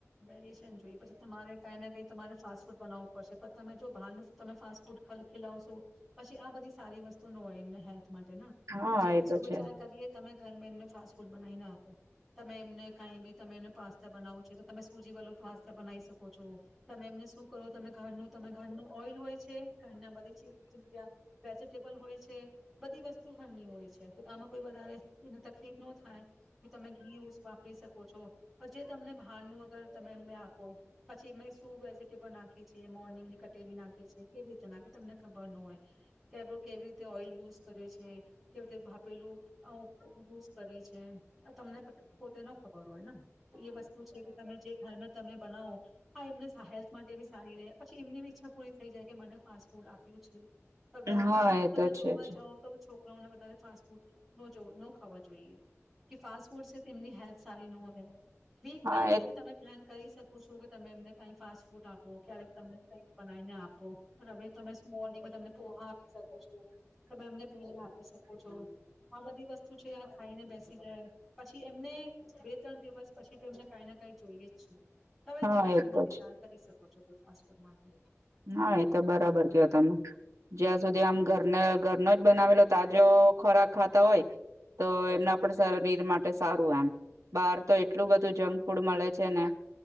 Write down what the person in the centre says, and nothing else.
વેરીશન જોઈએ પછી તમારે કઈ ના કઈ તમારે ફાસ્ટ ફૂડ બનાવવું પડશે પણ તમે જો બહારનું તમે ફાસ્ટ ફૂડ ખીલાવશું પછી આ બધી સારી વસ્તુ નો હોય એમને હે. માટે ન
પછી આપણે
સુવીચાર
કરીએ તમે ઘરમે ફાસ્ટ ફૂડ બનાઈ નાને આપે. તમે એમને કઈ બી તમે એને પાસ્તા બનાવો છો તો તમે સુજી વાળા પાસ્તા બનાવી શકો છો, તમે એમને શું કરો ત ઘરનું ત ઘરનું ઓઈલ હોય છે ઘરના બધી ત્યાં વેજીિટેબલ હોય. બધી વસ્તુ ખંની હોય છે આમાં કોઈ બ તલી ઇતનો થાય, તમે ઘી યુઝ વાપરી શકો છો, પછ તમને હડ ન અગર તમે આપો, પછી મે શું વેજીટેબલ નાખેએ મોર્નિંગ ની કટેલી નાખે કેવી રીતે નાખે તમને ખબર ન હોય, કે કેવી રીતે ઓઈલ યુઝ કરે છે, કેવી રીતે પેલું, આ પ્રયોગ યુઝ કરે છે, આ તમને પો તેનો ખબર હોય ને, તો એ વસ્તુ કે તમે જે ઘર સમય બનાવ. હા એમને હેલ્થ માટે બી સારી રહે પછી એમની બીઈચ્છા પરી થઈ જાય કે મને ફાસ્ટ ફૂડ આપ્યું છે. હ બે
આમ તો
તમે
જોવા
જાવ તો છોક મને બતાવી ફાસ્ટ ફૂડ તો જોડલો વા જોઈએ, કે ફાસ ફૂડ તેમ એમની હેલ્થ સારી ન હો રહે. વીકમાં
એક
દિન તમે પ્લાન કરી શકો છો કે તમે એમને કઈ ફાસ્ટ ફૂડ આપો ક્યારે ત ક બને આપો હવે તમે તમને પોહા આપી શકો. તોમે એમને ભી લ સકો છો. આ બધી વસ્તુ છે આ ખાઈ બેસી જાય, પછી એમને બે ત્રણ દિવસ પછી તો એમને કઈ ના કઈ જોઈએ જીએ. તમે
તમે એમને
વિચાર કરી શકો છો કોઈ પા પમાંથે.